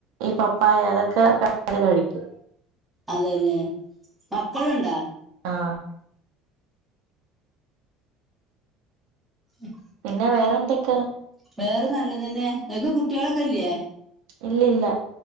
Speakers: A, on the right; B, in the centre.
A: ഈ പപ്പായ അതൊക്കെ അത് കഴിക്കും
B: അതെല്ലേ മക്കളുണ്ടാ
A: ആഹ്
B: ഉം
A: പിന്നെ വേറെ എന്തൊക്കാ
B: വേറെ നല്ലതന്നെ നിക്ക് കുട്ടികളൊക്കെല്ലേ
A: ഇല്ല ഇല്ല